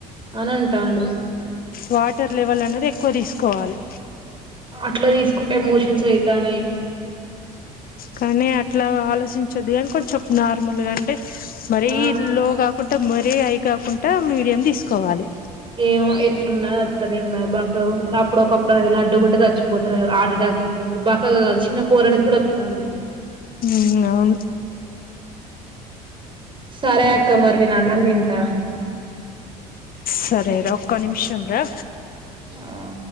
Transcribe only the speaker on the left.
వాటర్ లెవల్ అనేది ఎక్కువ తీసుకోవాలే
కాని అట్లా ఆలోచించొద్దు గని కొంచెం నార్మల్గంటే మరీ
ఇట్లా లో కాకుంటా మరీ హై కాకుంటా మీడియం తీసుకోవాలి
ఉమ్ ఉమ్ అవును
సరేరా ఒక్క నిమిషం రా